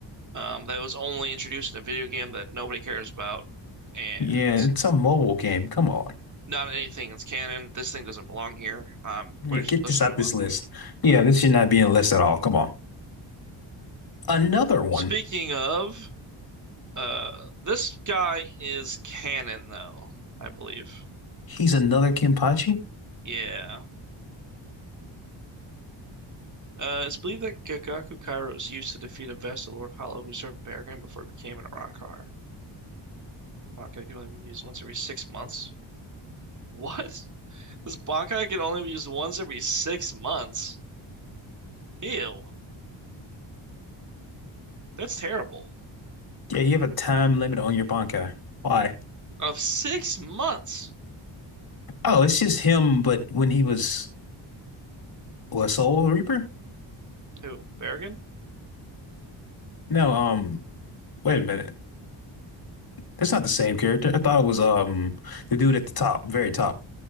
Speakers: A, on the right; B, on the left.
A: Um, that was only introduced in a video game that nobody cares about, and
B: Yeah, it's a mobile game. Come on.
A: not anything that's canon. This thing doesn't belong here. Um,
B: Yeah,
A: we're just
B: get
A: let's
B: this
A: just
B: out
A: move
B: this
A: on.
B: list. Yeah, this should not be in the list at all. Come on. Another one.
A: Speaking of Uh, this guy is canon, though, I believe.
B: He's another Kenpachi? <laughs>
A: Yeah. Uh, it's believed that Gagaku Kairo was used to defeat a vassal Lord Hollow who served Barragan before he became an Arrancar. Bankai can only be used once every six months. <laughs> What? This Bankai can only be used once every six months? Ew. That's terrible.
B: Yeah, you have a time limit on your Bankai. Why?
A: Of six months?
B: Oh, it's just him, but when he was what, Soul Reaper?
A: Who? Barragan?
B: No, um, wait a minute. That's not the same character. I thought it was um the dude at the top, very top.